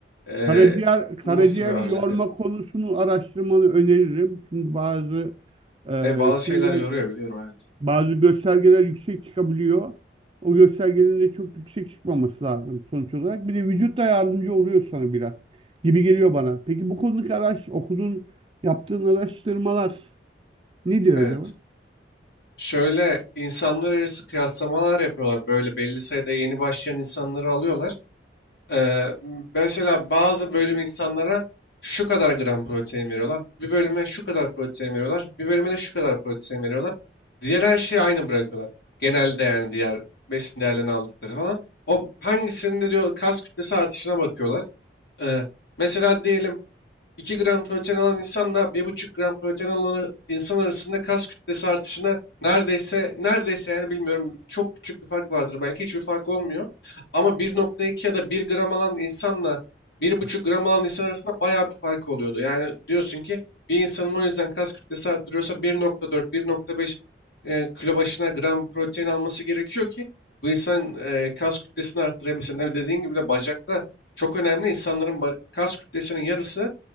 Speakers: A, on the left; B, on the right.
A: eee,
B: Karaciğer karaciğer
A: nasıl bir ağırlık
B: yorma
A: veriyor.
B: konusunu araştırmanı öneririm. Çünkü bazı e,
A: E, bazı şeyler
B: şeyler
A: yoruyor biliyorum evet.
B: Bazı göstergeler yüksek çıkabiliyor. O göstergelerin de çok yüksek çıkmaması lazım sonuç olarak. Bir de vücut da yardımcı oluyor sana biraz gibi geliyor bana. Peki bu konudaki araç, okuduğun, yaptığın araştırmalar ne diyor
A: Evet.
B: acaba?
A: Şöyle insanlar arası kıyaslamalar yapıyorlar. Böyle belli sayıda yeni başlayan insanları alıyorlar. Ee, mesela bazı bölüm insanlara şu kadar gram protein veriyorlar. Bir bölüme şu kadar protein veriyorlar. Bir bölüme de şu kadar protein veriyorlar. Diğer her şeyi aynı bırakıyorlar. Genelde yani diğer besin değerlerini aldıkları falan. O hangisinde diyor kas kütlesi artışına bakıyorlar. Ee, mesela diyelim 2 gram protein alan insanla bir buçuk gram protein alan insan arasında kas kütlesi artışına neredeyse neredeyse yani bilmiyorum çok küçük bir fark vardır belki hiçbir fark olmuyor. Ama bir nokta iki ya da bir gram alan insanla bir buçuk gram alan insan arasında bayağı bir fark oluyordu. Yani diyorsun ki bir insanın o yüzden kas kütlesi arttırıyorsa 1,4 1,5 e, kilo başına gram protein alması gerekiyor ki bu insan e, kas kütlesini arttırabilsin. Tabii dediğin gibi de bacakta çok önemli. İnsanların ba- kas kütlesinin yarısı